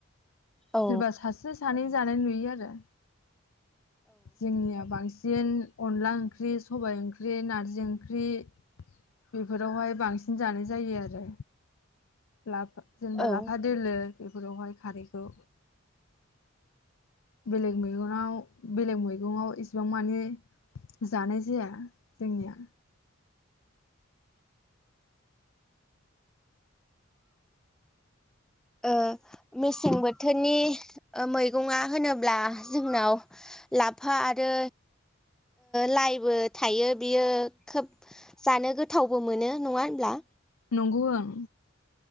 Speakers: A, in the centre; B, on the left.
A: औ
B: सोरबा सासे सानै जानाय नु यो आरो जोंनिया बां सिन अनला ओंख्रि सबाइ ओंख्रि नारजि ओंख्रि बेफोरावहाय बांसिन जानाय जायो आरो ला जेनेबा
A: ओ
B: लाफा दोलो बेफोरावहाय खारैखौ बेलेग मैगंआव बेलेग मैगङाव इसिबां माने जानाय जाया जोंनिया
A: ओ मेसें बोथोरनि ओ मैगङा होनोब्ला जोंनाव लाफा आरो लाइबो थायो बियो खोब जानो गोथावबो मोनो नङा होनब्ला
B: नंगौ ओं